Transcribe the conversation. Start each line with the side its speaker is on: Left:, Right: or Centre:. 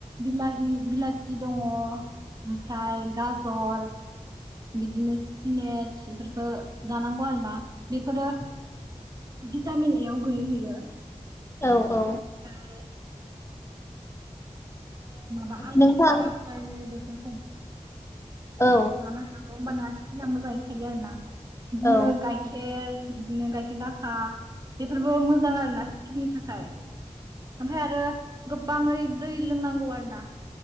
Right: बिला -बिलाथि दङ ओमफ्राय गाजर बिदिनो <unintelligible> सिफोरखौ जानांगौ आरो ना। बेफोरो भिटामिन ए आव गोलैहैयो।
Left: औ, औ।
Right: ओमफ्राय माबा आलमन
Left: नोंथां
Right: बादामफोर बेफोर <unintelligible>
Left: औ
Right: होनांगौ होमबाना स्किना मोजाङै थायो आरो ना। बिदिनो
Left: औ
Right: गाइखेर बिदिनो गाइखेर -दाखा बेफोरबो मोजां आरो ना स्किननि थाखाय। ओमफ्राय आरो गोबाङै दै लोंनांगौ आरो ना।